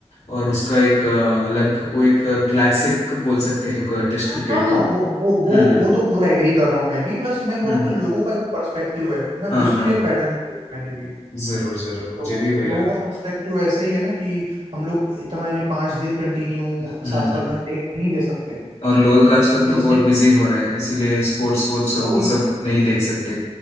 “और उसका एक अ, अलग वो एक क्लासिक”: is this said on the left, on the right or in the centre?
Left